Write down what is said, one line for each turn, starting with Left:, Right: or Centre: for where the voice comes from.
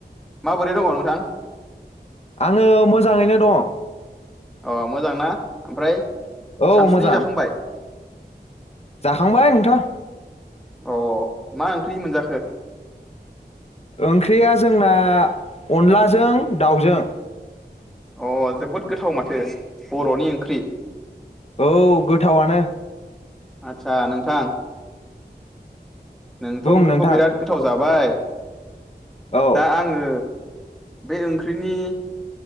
Centre: माबोरै दङ नोंथां?
Left: आङो मोजाङैनो दङ।
Centre: अ मोजां ना ओमफ्राय?
Left: औ
Centre: सानसुनि
Left: मोजां
Centre: जाखांबाय?
Left: जाखांबाय नोंथां।
Centre: अ मा ओंख्रि मोनजाखो?
Left: ओंख्रिया जोंना अनलाजों दाउजों।
Centre: अ जोबोद गोथाव माथो बर'नि ओंख्रि।
Left: औ गोथावानो।
Centre: आदसा नोंथां नोंथ'
Left: बुं
Centre: ओंख्रिखौ
Left: नोंथां
Centre: बिराद गोथाव जाबाय। <inaudible>
Left: औ
Centre: दा आङो बे ओंख्रिनि